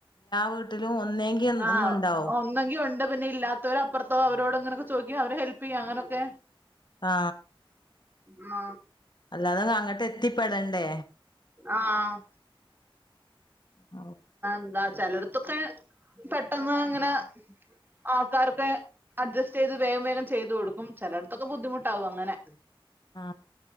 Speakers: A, on the left (about 50°); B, on the right (about 20°).
A: വീട്ടിലും ഒന്നേങ്കി
B: ആ
A: ഒന്നുണ്ടാവും
B: ഒന്നെങ്കി ഉണ്ട് പിന്നെ ഇല്ലാത്തവര അപ്പുറത്തോ അവരോട്ങ്ങനെ ചോയ്ക്കും അവരെ ഹെൽപ് യ്യും അങ്ങനൊക്കെ
A: ആ
B: ആ
A: അല്ലാതെ അങ്ങട്ട് എത്തിപ്പെടണ്ടേ
B: ആഹ്
A: <unintelligible>
B: ന്താ ചിലടത്തൊക്കെ പെട്ടന്ന് ങ്ങനെ ആൾക്കാരൊക്കെ അഡ്ജസ്റ്റ് ചെയ്ത് വേഗം വേഗം ചെയ്ത് കൊടുക്കും ചിലടത്തൊക്കെ ബുദ്ധിമുട്ടാവും അങ്ങനെ.
A: ആ